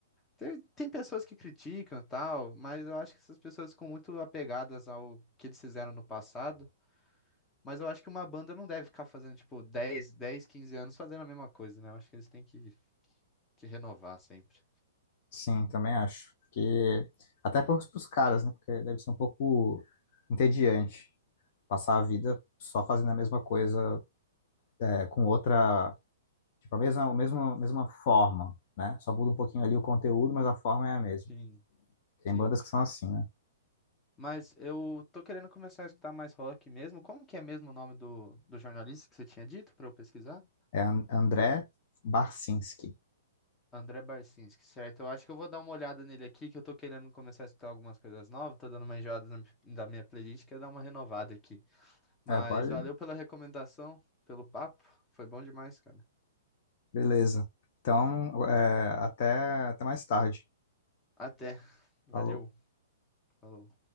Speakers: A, on the left; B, on the left.
A: Tem, tem pessoas que criticam e tal, mas eu acho que essas pessoas ficam muito apegadas ao que eles fizeram no passado. Mas eu acho que uma banda não deve ficar fazendo, tipo, dez dez 15 anos fazendo a mesma coisa, né? Eu acho que eles têm que, que renovar sempre.
B: Sim, também acho. Porque até para os caras, né? Porque deve ser um pouco entediante passar a vida só fazendo a mesma coisa é, com outra, tipo, a mesma, a mesma, mesma forma, né? Só muda um pouquinho ali o conteúdo, mas a forma é a mesma.
A: Sim.
B: Tem
A: Sim.
B: bandas que são assim, né?
A: Mas eu tô querendo começar a escutar mais rock mesmo. Como que é mesmo o nome do, do jornalista que você tinha dito pra eu pesquisar?
B: É An- André Barcinski.
A: André Barcinski, certo? Eu acho que eu vou dar uma olhada nele aqui, que eu tô querendo começar a escutar algumas coisas novas. Tô dando uma enjoada na- da minha playlist, quero dar uma renovada aqui. Mas
B: É, pode?
A: valeu pela recomendação, pelo papo. Foi bom demais, cara.
B: Beleza. Então, é, até, até mais tarde.
A: Até. Valeu.
B: Falou.
A: Falou.